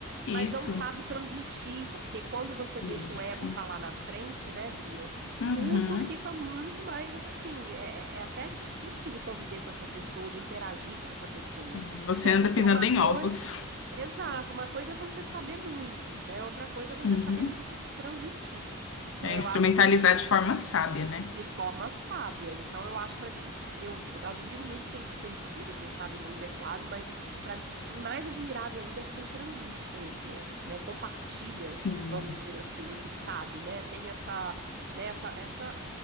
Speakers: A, on the left; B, on the right.
A: Isso,
B: Mas não sabe transmitir, porque quando você
A: isso.
B: deixa o ego falar na frente, né, Bia?
A: Uhum.
B: Tudo fica muito mais assim. É, é é até difícil de conviver com essa pessoa, de interagir com essa pessoa,
A: É, você
B: né?
A: anda
B: Porque
A: pisando
B: uma
A: em
B: coisa.
A: ovos.
B: Exato, uma coisa é você saber muito, né? Outra coisa é você
A: Uhum.
B: saber muito e transmitir, né?
A: É instrumentalizar
B: Eu acho que
A: de forma sábia, né?
B: de forma sábia. Então, eu acho para mim, eu admiro muito quem, quem estuda, quem sabe muito, é claro, mas para mim mais admirável ainda é quem transmite conhecimento, né? Compartilha,
A: Sim.
B: vamos dizer assim, o que sabe, né? Tem essa, né, essa, essa